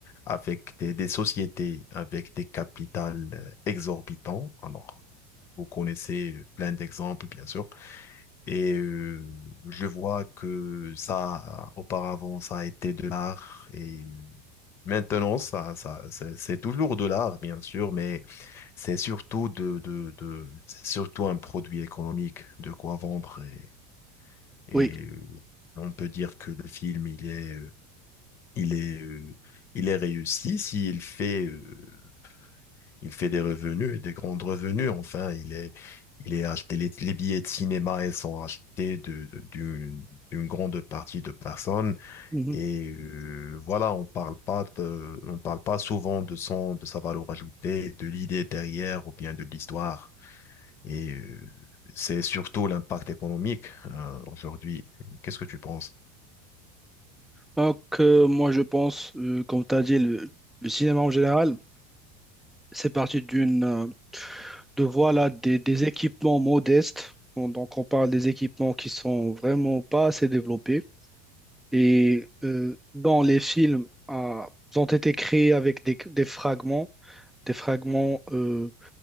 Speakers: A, on the left; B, in the centre.
A: avec des, des sociétés, avec des capitales euh, exorbitants. Alors, vous connaissez plein d'exemples, bien sûr. Et euh, je vois que ça, auparavant, ça a été de l'art et euh, Maintenant, ça, ça, c'est c'est toujours de l'art, bien sûr, mais c'est surtout de, de, de, c'est surtout un produit économique de quoi vendre et, et
B: oui,
A: euh, on peut dire que le film, il est, euh, il est, euh, il est réussi s'il fait, euh, il fait des revenus, des grands revenus. Enfin, il est, il est acheté, les, les billets de cinéma, ils sont achetés de, de- d'une, d'une grande partie de personnes
B: Mhm.
A: et euh, voilà, on parle pas de- on parle pas souvent de son, de sa valeur ajoutée, de l'idée derrière ou bien de l'histoire. Et euh, c'est surtout l'impact économique euh, aujourd'hui. Qu'est-ce que tu penses?
B: Donc, euh, moi, je pense, euh, comme tu as dit, le, le cinéma en général, c'est parti d'une, euh, de voilà, des, des équipements modestes. On- Donc, on parle des équipements qui sont vraiment pas assez développés. Et euh, dans les films, ah, ils ont été créés avec des, des fragments, des fragments euh,